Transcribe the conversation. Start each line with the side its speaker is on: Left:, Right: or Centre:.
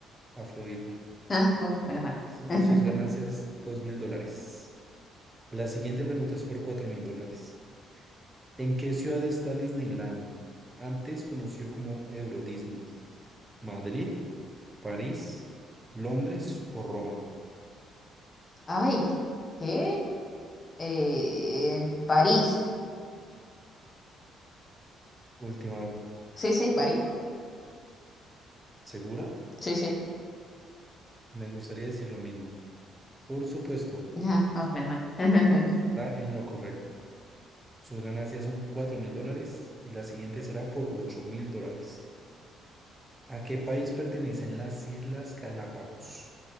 Right: Afrodita.
Left: Ah, uf, menos mal.
Right: Su-
Left: <laughs>
Right: sus ganancias, dos mil dólares. La siguiente pregunta es por cuatro mil dólares. ¿En qué ciudad está Disneyland? Antes conocido como Euro Disney. ¿Madrid, París, Londres o Roma?
Left: Ay, ¿qué? Eh, París.
Right: Última,
Left: Sí, sí, París.
Right: ¿segura?
Left: Sí, sí.
Right: Me gustaría decir lo mismo. Por supuesto,
Left: Ah, ah, menos mal. <laughs>
Right: está en lo correcto. Sus ganancias son cuatro mil dólares y la siguiente será por ocho mil dólares. ¿A qué país pertenecen las Islas Galápagos?